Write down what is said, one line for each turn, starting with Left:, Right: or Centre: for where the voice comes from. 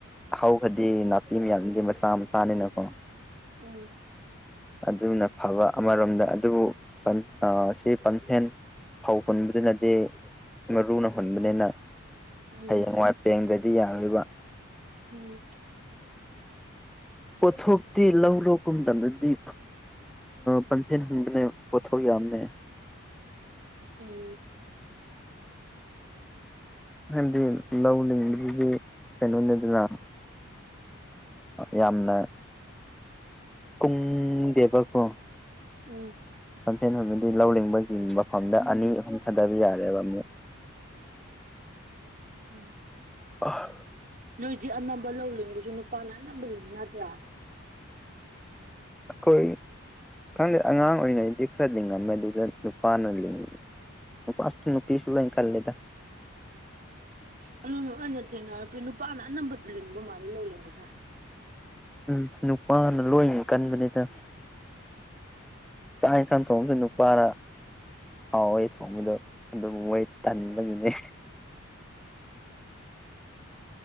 Centre: ꯍꯧꯈ꯭ꯔꯗꯤ ꯅꯥꯄꯤ ꯃꯌꯥꯝꯗꯤ ꯃꯆꯥ ꯃꯆꯥꯅꯤꯅꯀꯣ
Right: ꯎꯝ
Centre: ꯑꯗꯨꯅ ꯐꯕ ꯑꯃꯔꯣꯝꯗ ꯑꯗꯨꯕꯨ ꯑ ꯁꯤ ꯄꯟꯐꯦꯟ ꯐꯧ ꯍꯨꯟꯕꯗꯨꯅꯗꯤ ꯃꯔꯨꯅ ꯍꯨꯟꯕꯅꯤꯅ
Right: ꯎꯝ
Centre: ꯍꯌꯦꯡꯋꯥꯏꯄꯦꯡꯗ꯭ꯔꯥꯗꯤ ꯌꯥꯔꯣꯏꯕ
Right: ꯎꯝ
Centre: ꯄꯣꯠꯊꯣꯛꯇꯤ ꯂꯧ ꯂꯣꯛꯀꯨꯝꯗꯗꯤ ꯄꯟꯊꯦꯜ ꯍꯟꯕꯅꯦ ꯄꯣꯊꯧ ꯌꯥꯝꯃꯦ
Right: ꯎꯝ
Centre: ꯍꯥꯏꯕꯗꯤ ꯂꯧꯅꯤꯡꯕꯗꯨꯗꯤ ꯀꯩꯅꯣꯅꯤꯗꯅ ꯌꯥꯝꯅ ꯀꯨꯝ ꯗꯦꯕ ꯀꯣ
Right: ꯎꯝ
Centre: ꯂꯝꯝꯐꯦꯟꯗꯤ ꯂꯧꯅꯤꯡꯤꯡꯕꯒꯤ ꯃꯐꯝꯗ ꯑꯅꯤ ꯑꯍꯨꯝ ꯊꯥꯗꯕ ꯌꯥꯔꯦꯕ ꯑꯃꯨꯛ
Right: ꯎꯝ
Centre: ꯑ
Right: ꯅꯣꯏꯗꯤ ꯑꯅꯝꯕ ꯂꯧ ꯂꯤꯡꯕꯁꯨ ꯅꯨꯄꯥꯅ ꯑꯅꯝꯕ ꯂꯤꯡꯅꯇ꯭ꯔꯥ
Centre: ꯑꯩꯈꯣꯏ ꯈꯪꯗꯦ ꯑꯉꯥꯡ ꯑꯣꯏꯔꯤꯉꯩꯗꯤ ꯈꯔ ꯂꯤꯡꯉꯝꯃꯦ ꯑꯗꯨꯗ ꯅꯨꯄꯥꯅ ꯂꯤꯡꯉ ꯄꯥꯥꯁ ꯅꯨꯄꯤꯁꯨ ꯂꫭꯏꯅ ꯈꯜꯂ‌ꯦꯗ
Right: ꯑꯗꯨ ꯑꯩꯅ ꯊꯦꯡꯅꯄ ꯅꯨꯄꯥꯅ ꯑꯅꯝꯕ ꯂꯤꯡꯕ ꯃꯥꯜꯂꯦ ꯂꯧꯅꯤꯡꯕꯁꯤ
Centre: ꯎꯝ ꯅꯨꯄꯥꯅ ꯂꯣꯏꯅ ꯀꯟꯕꯅꯤꯗ ꯆꯥꯛꯅꯤꯊꯥꯟ ꯊꯣꯡꯕꯁꯨ ꯅꯨꯄꯥꯔꯥ ꯍꯥꯎꯋꯩ ꯊꯣꯡꯕꯗꯣ ꯑꯗꯨꯝ ꯃꯣꯏ ꯇꯟꯕꯒꯤꯅꯦ